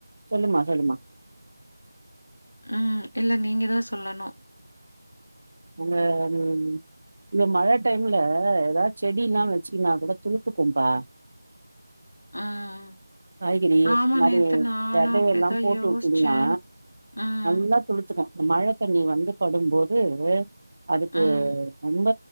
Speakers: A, on the right; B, on the left.
A: சொல்லுமா சொல்லுமா
B: ம் இல்ல நீங்கதா சொல்லணு
A: ஒங்க ம் இங்க மழ டைம்ல எதா செடில்லா வச்சீன்னா கூட துளுத்துக்கும்பா
B: ம்
A: காய்கறி
B: ஆமா
A: மாரி
B: நேத்து நானு
A: வெதையெல்லா
B: அப்டிதா
A: போட்டு
B: யோசிச்சே.
A: வுட்டீங்ன்னா
B: ம்
A: நல்லா துளுத்துக்கு இந்த மழ தண்ணி வந்து படும்போது து அதுக்கு
B: ம்
A: ரொம்ப